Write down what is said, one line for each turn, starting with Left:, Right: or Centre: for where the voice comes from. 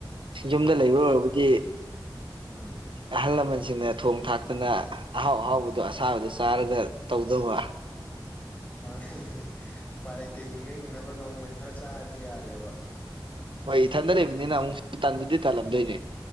Right: ꯁꯤꯌꯨꯝꯗ ꯂꯩꯕ ꯑꯣꯏꯔꯕꯨꯗꯤ
Left: ꯎꯝ
Right: ꯑꯍꯜ ꯂꯃꯟ ꯁ ꯁꯤꯡꯅ ꯊꯣꯡ ꯊꯥꯛꯇꯅ ꯑꯍꯥꯎ ꯑꯍꯥꯎꯕꯗꯣ ꯑꯁꯥꯕꯗꯣ ꯆꯥꯔꯒ ꯇꯧꯗꯧꯕ
Left: ꯃꯥꯅꯤ ꯍꯤ ꯍꯤ ꯍꯤ ꯎꯄꯥꯏ ꯂꯩꯇꯦ ꯍꯤꯡꯅ ꯍꯤꯡꯅꯕ ꯅꯣꯡꯃꯩ ꯈꯔ ꯆꯥꯔꯗꯤ ꯌꯥꯔꯦꯕ
Right: ꯍꯣꯏ ꯏꯊꯟꯗ ꯂꯩꯕꯅꯤꯅ ꯑꯃꯨꯛꯁꯨ ꯇꯟꯕꯕꯨꯗꯤ ꯇꯜꯂꯝꯗꯣꯏꯅꯦ